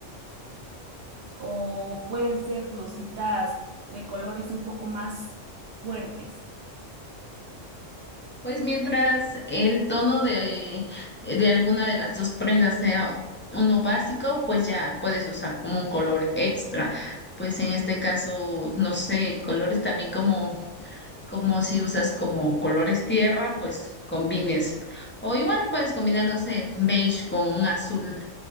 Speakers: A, on the right; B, on the left.
A: o pueden ser blusitas de colores un poco más fuertes.
B: Pues mientras el tono de, de alguna de las dos prendas sea uno básico, pues ya puedes usar como un color extra. Pues en este caso, no sé, colores también como, como si usas como colores tierra, pues combines. O igual puedes combinar, no sé, beige con un azul